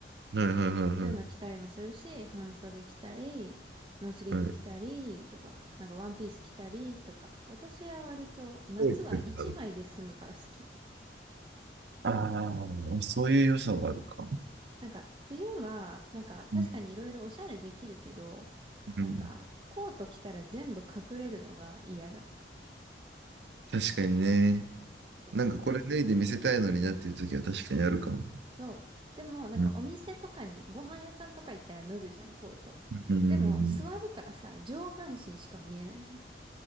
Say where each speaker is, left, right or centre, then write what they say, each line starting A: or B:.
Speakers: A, on the right; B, on the right.
A: はいはい
B: そういうの着たりもするし、
A: は
B: 半袖着たり、ノースリーブ着たりとか、
A: いはい。はい。
B: なんかワンピース着たりとか。私は割と夏は一枚で済むから好き。
A: こう言ってたのああ、そういう良さはあるか。
B: なんか冬は、なんか確かにいろいろおしゃれできるけど、
A: うん、うん、
B: なんかコート着たら全部隠れるのが嫌だ。
A: 確かにね。
B: そう。
A: なんかこれ脱いで見せたいのになっていう時は確かにあるかも。
B: そう。でもなんかお店とかに、
A: うん、
B: ご飯屋さんとか行ったら脱ぐじゃん、コート。
A: うん、うん、
B: でも座るからさ、
A: うん
B: 上半身しか見えないじゃん。